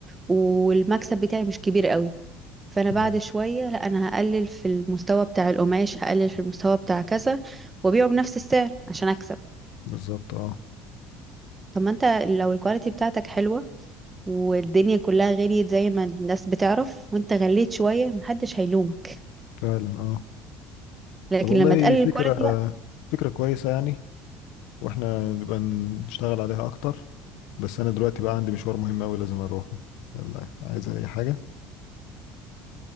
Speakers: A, on the right (about 15°); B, on the left (about 75°).
A: والمكسب بتاعي مش كبير قوي فانا بعد
B: ايوه
A: شويه لا انا هقلل في المستوى بتاع القماش هقلل في المستوى بتاع كذا وابيعه بنفس السعر عشان اكسب
B: بالظبط اه
A: طب ما انت لو الكواليتي بتاعتك حلوه والدنيا كلها غليت زي ما الناس بتعرف وانت غليت شويه محدش هيلومك
B: فعلا اه
A: لكن
B: طب والله
A: لما تقلل
B: فكرة
A: الكواليتي لا
B: فكرة كويسة يعني واحنا نبقى نشتغل عليها اكتر بس انا دلوقتي بقى عندي مشوار مهم اوي لازم اروحه يلا عايز اي حاجة